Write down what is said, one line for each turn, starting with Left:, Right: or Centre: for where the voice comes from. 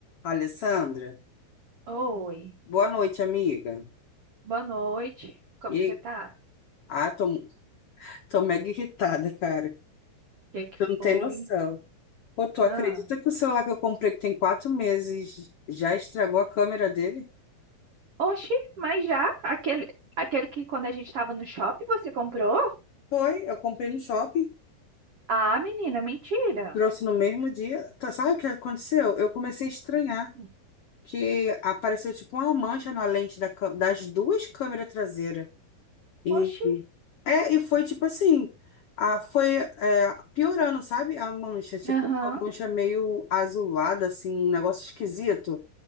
Left: Alessandra,
Right: Oi,
Left: boa noite, amiga.
Right: boa noite. Como
Left: E,
Right: você tá?
Left: ah, tô, tô mega irritada, cara.
Right: O que que
Left: Tu não tem
Right: foi?
Left: noção. Pô, tu acredita
Right: Ah.
Left: que o celular que eu comprei, que tem quatro meses, já estragou a câmera dele?
Right: Oxi, mas já? Aquele, aquele que quando a gente tava no shopping você comprou?
Left: Foi, eu comprei no shopping,
Right: Ah, menina, mentira.
Left: trouxe no mesmo dia. Tá, sabe o que aconteceu? Eu comecei a estranhar
Right: Hum.
Left: que apareceu tipo uma mancha na lente da, cã- das duas câmeras traseiras. e
Right: Oxi,
Left: É, e foi tipo assim, a, foi é, piorando, sabe? A mancha, tipo,
Right: aham,
Left: uma mancha meio azulada, assim, um negócio esquisito.